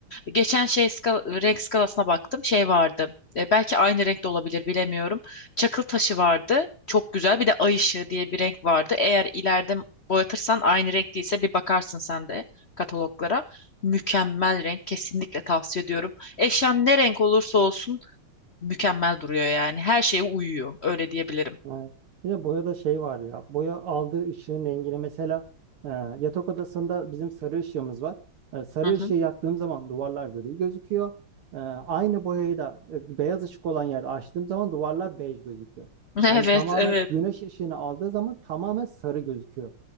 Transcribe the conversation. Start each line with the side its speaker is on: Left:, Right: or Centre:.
Left: Geçen şey skala- renk skalasına baktım. Şey vardı. E, belki aynı renkte olabilir bilemiyorum. Çakıl taşı vardı. Çok güzel. Bir de ay ışığı diye bir renk vardı. Eğer ileride boyatırsan aynı renk değilse bir bakarsın sen de kataloglara. Mükemmel renk. Kesinlikle tavsiye ediyorum. Eşyan ne renk olursa olsun mükemmel duruyor yani. Her şeye uyuyor. Öyle diyebilirim.
Right: Evet. Bir de boyada şey var ya. Boya aldığı ışığın rengine mesela e, yatak odasında bizim sarı ışığımız var. E, sarı
Left: Hı
Right: ışığı
Left: hı.
Right: yaktığım zaman duvarlar gri gözüküyor. E, aynı boyayı da e, beyaz ışık olan yerde açtığım zaman duvarlar bej gözüküyor.
Left: <laughs>
Right: Yani
Left: Evet,
Right: tamamen
Left: evet.
Right: güneş ışığını aldığı zaman tamamen sarı gözüküyor.